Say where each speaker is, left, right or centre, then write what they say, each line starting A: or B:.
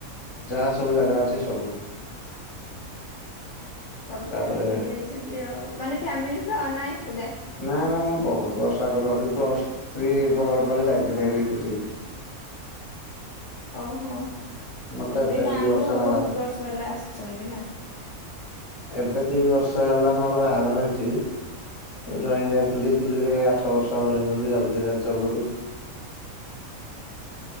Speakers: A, on the left; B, on the left.
A: ଯାହା ସବୁ ଜାଗା ଅଛି ସବୁ।
B: ସବୁ
A: ତାପରେ
B: ତାହେଲେ ବୁଲି ଯାଇଚନ୍ତି ଆଉ ମାନେ ଫ୍ୟାମିଲି ସହ ନା ଏକୁଟା?
A: ନାଇ ନା ମୁଁ ବହୁତ ବର୍ଷ ଆଗରୁ ରହୁଥିଲି ପ୍ଲସ ଥ୍ରୀ ପରେ ପରେ ଯାଇଥିଲି ହେରି ଦିଲ୍ଲୀ।
B: ଓହୋ
A: ମୋର ତ
B: ଏବେ ଗାଁ
A: ଦି ବର୍ଷ
B: କୁ
A: ହେଲା
B: ବହୁତ
A: ବାହାଘର
B: ବର୍ଷ ହେଲା ଆସିଛନ୍ତି ନା।
A: ଏବେ ଦି ବର୍ଷ ହେଲା ମୋର ବାହାଘର ହେଇଚି ରହିଯାଇଥିଲି
B: ଓ
A: ଦିଲ୍ଲୀରେ ଆଠ ବର୍ଷ ରହିଗଲି ଆଉ ଦୁଇ ହଜାର ଚଉଦରୁ